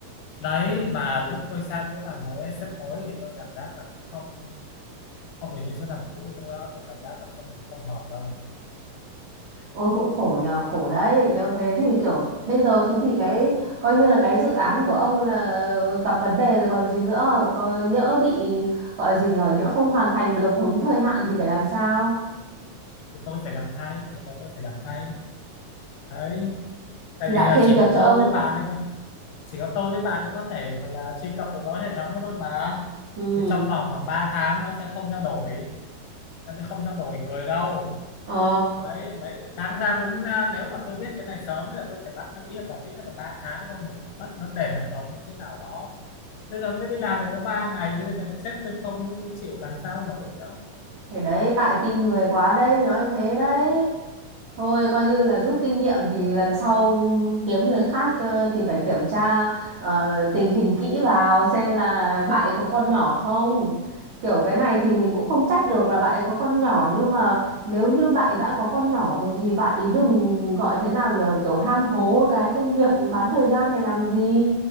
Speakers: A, on the left; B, on the right.
A: đấy mà lúc tôi sang chỗ làm mới ấy, sếp mới thì tôi cảm giác là cũng không không được như chỗ làm cũ nữa tôi cảm giác là không không hợp đâu
B: Ôi cũng khổ nhờ, khổ đấy. Nếu thế thì kiểu bây giờ thế thì cái coi như là cái dự án của ông là gặp vấn đề rồi còn gì nữa, có nhỡ bị gọi gì nhờ, nhỡ không hoàn thành được đúng thời hạn thì phải làm sao?
A: thì tôi phải làm thay một là tôi phải làm thay đấy tại
B: Thì
A: vì
B: lại
A: là
B: thêm
A: chỉ
B: việc
A: có
B: cho
A: tôi
B: ông.
A: với bạn ấy thôi chỉ có tôi với bạn ấy có thể gọi là truy cập được vào hệ thống ấy thôi mà
B: Ừ.
A: thì trong vòng khoảng 3 tháng nó sẽ không trao đổi nó sẽ không trao đổi người đâu
B: Ờ.
A: đấy mấy đáng ra đúng ra nếu mà tôi biết cái này sớm thì là tôi phải bắt nó ký hợp đồng ít nhất là ba tháng không thì phải bắt nó đền hợp đồng như thế nào đó bây giờ mới đi làm được có 3 ngày như thế này sếp tôi không tôi chịu làm sao nổi nữa
B: Thế đấy, tại tin người quá đây, nói thế đấy. Thôi coi như là rút kinh nghiệm thì lần sau ừm, kiếm người khác cho thì phải kiểm tra ờ, tình hình kỹ vào xem là bạn ấy có con nhỏ không. Kiểu cái này thì mình cũng không trách được là bạn ấy có con nhỏ nhưng mà nếu như bạn ấy đã có con nhỏ rồi thì bạn ấy đừng gọi thế nào nhờ kiểu ham hố cái công việc bán thời gian này làm gì.